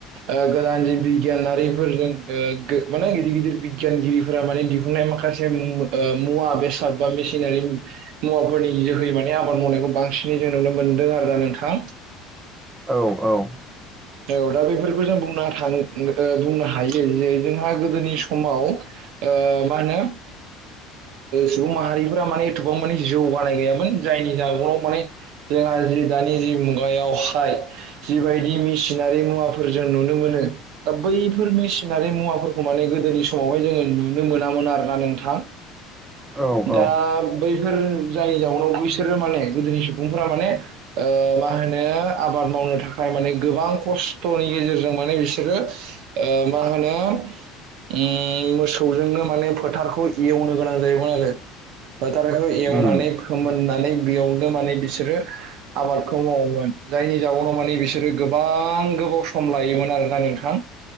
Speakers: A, on the right; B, on the right.
A: ओ गोदान जि बिगियानारि बेफोरजोंखो माने गिदिर गिदिर बिगियानगिरिफोरा माने दिहुननाय माखासे ओ मुवा बेसाद बा मेसिनारि मुवाफोरनि जोहै माने आबाद मावनायखौ बांसिनै जों नुनो मोनदों आरोना नोंथां।
B: औ औ
A: औ दा बेफोरखौ जों बुं थां बुंनो हायो जे जोंहा गोदोनि समाव ओ मा होनो सुबुं माहारिफोरा माने एथबां माने जौनाय नाय गैयामोन जायनि जउनाव माने जोंहा जि दानि जि मुगायावहाय जिबायदि मेसिनारि मुवाफोर जों नुनो मोनो दा बैफोर मेसिनारि मुवाफोरखौ माने गोदो गोदोनि समावहाय जोंङो नुनो मोनामोन आरोना नोंथां
B: औ औ
A: दा बै बेफोर जाययावनो बैसोरो माने गोदोनि सुबुंफोरा माने ओ मा होनो आबाद मावनो थाखा थाखाय माने गोबां खस्थ'नि गेजेरजों माने बिसोरो ओ मा होनो उम मोसौजोंनो माने फोथारखौ एवनो गोनां जायोमोन आरो। फोथारखौ एवनानै
B: उम
A: फोमोननानै बेयावनो बिसोरो आबादखौ मावोमोन जायनि जाउनाव माने बिसोर गोबां गोबाव सम लायोमोन आरोना नोंथां